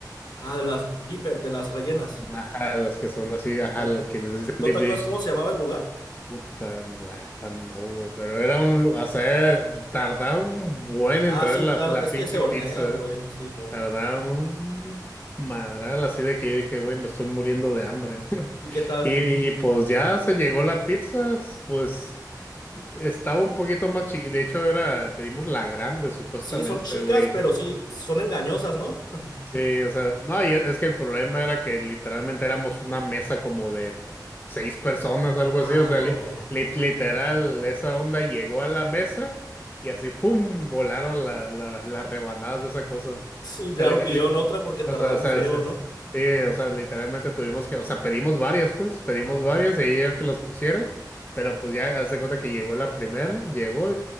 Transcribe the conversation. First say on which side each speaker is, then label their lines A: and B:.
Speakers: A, on the left; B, on the left.
A: Ah, de las dipet, de las rellenas.
B: Ajá, las que son así, ajá,
A: Ah,
B: las que les dicen deep
A: ¿no te
B: dish.
A: acuerdas cómo se llamaba el lugar?
B: Puta, la neta, no, güey, pero era un, lu- o sea, tardaron un buen
A: Ah,
B: en traer
A: sí,
B: la,
A: tar-
B: la
A: es
B: pinche
A: que se hornean,
B: pizza.
A: güey,
B: ¿eh?
A: sí, mo.
B: Tardaron un madral, así de que yo dije, güey, me estoy muriendo de hambre. <laughs>
A: ¿Y qué tal?
B: Y, y, pues ya se llegó la pizza, pues estaba un poquito más chiquita. De hecho, era, pedimos la grande, supuestamente,
A: Sí, son chicas,
B: güey.
A: pero sí, son engañosas, ¿no? <laughs>
B: Sí, o sea, no, y es es que el problema era que literalmente éramos una mesa como de seis personas, algo
A: Ah,
B: así, o sea,
A: no.
B: li- li- literal, esa onda llegó a la mesa y así, ¡pum!, volaron la- la- las rebanadas de esa cosa. O
A: Sí,
B: sea,
A: claro,
B: liter-
A: pidieron
B: li-
A: otra porque tardaba
B: o sea, o sea,
A: un friego,
B: o sea,
A: ¿no?
B: sí, o sea, literalmente tuvimos que, o sea, pedimos varias, pues, pedimos
A: Ajá,
B: varias y ella que las pusieran,
A: ajá.
B: pero pues ya, haz de cuenta que llegó la primera, llegó